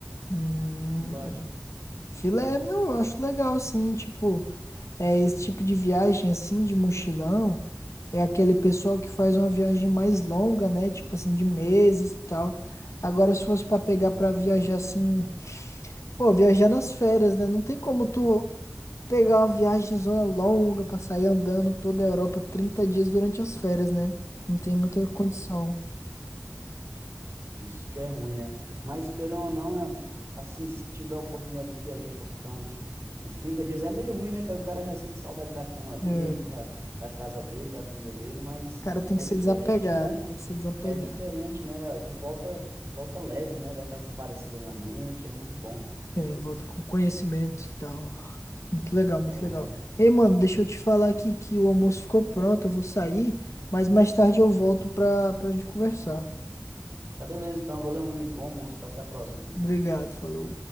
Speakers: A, on the left; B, on the right.
A: Hum,
B: que que tu acha?
A: filé, não, eu acho legal assim, tipo, é esse tipo de viagem assim de mochilão, é aquele pessoal que faz uma viagem mais longa, né? Tipo assim de meses e tal. Agora se fosse pra pegar pra viajar assim Pô, viajar nas férias, né? Não tem como tu pegar uma viagem zona longa pra sair andando toda a Europa 30 dias durante as férias, né? Não tem muita condição.
B: Isso que é ruim, né? Mas querendo ou não, é- assim, se tiver a oportunidade de viajar para ficar uns, uns 30 dias, é meio ruim, né? Que o cara já sente saudade da cama dele,
A: É.
B: da,
A: O
B: da casa dele, da comida dele, mas
A: cara tem
B: é
A: que ser
B: diferente,
A: desapegado,
B: né?
A: tem que ser desapegado.
B: É diferente, né? Tu volta, volta leve, né? Daquela esparecida na mente, é muito bom.
A: É, volta com conhecimento e tal. Muito legal, muito
B: É.
A: legal. Ei, mano, deixa eu te falar aqui que o almoço ficou pronto, eu vou sair, mas mais tarde eu volto pra, pra gente conversar.
B: Tá beleza, então. Valeu, meu amigo. Bom almoço, tá? Até a próxima.
A: Obrigado, falou.